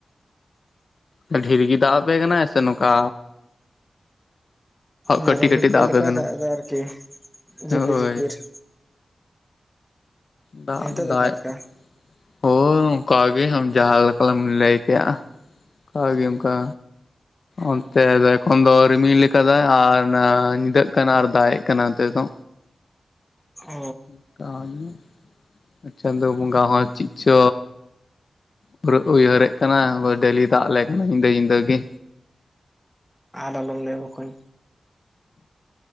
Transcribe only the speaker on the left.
ᱚᱸ ᱰᱷᱮᱨ ᱜᱮ ᱫᱟᱜ ᱟᱯᱮ ᱠᱟᱱᱟᱭ ᱥᱮ ᱱᱚᱝᱠᱟ
ᱠᱟᱹᱴᱤᱡ ᱠᱟᱹᱴᱤᱡ
ᱟᱯᱮ ᱠᱟᱱᱟᱭ
ᱦᱳᱭ
ᱫᱟᱜ
ᱫᱚ ᱫᱟᱜ
ᱮᱫ ᱦᱳᱭ ᱚᱝᱠᱟ ᱜᱮ ᱡᱟᱦᱟᱸ ᱞᱮᱠᱟᱞᱟᱢ ᱞᱟᱹᱭ ᱠᱮᱜᱟ᱾ ᱦᱟ ᱜᱮ ᱚᱝᱠᱟ ᱚᱱᱛᱮ ᱫᱚ ᱮᱠᱷᱚᱱ ᱫᱚ ᱨᱤᱢᱤᱞ ᱟᱠᱟᱫᱟᱭ ᱟᱨ ᱧᱤᱫᱟᱹᱜ ᱠᱟᱱᱟ ᱟᱨ ᱫᱟᱜ ᱮᱜ ᱠᱟᱱᱟ ᱱᱚᱛᱮ ᱫᱚ᱾
<unintelligible> ᱪᱟᱸᱫᱳ ᱵᱚᱸᱜᱟ ᱦᱚᱸ ᱪᱤᱫ ᱪᱚ ᱦᱩᱨᱟᱹ ᱩᱭᱦᱟᱹᱨᱮᱫ ᱠᱟᱱᱟ ᱰᱮᱞᱤ ᱫᱟᱜ ᱟᱞᱮ ᱠᱟᱱᱟ ᱧᱤᱫᱟᱹ ᱧᱤᱫᱟᱹ ᱜᱮ᱾